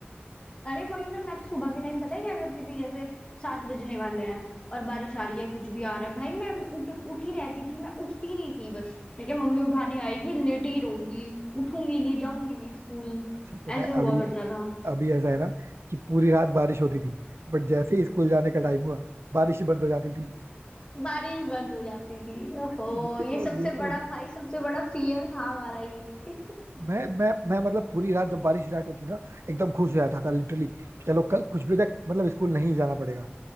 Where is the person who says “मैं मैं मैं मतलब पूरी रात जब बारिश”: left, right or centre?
Right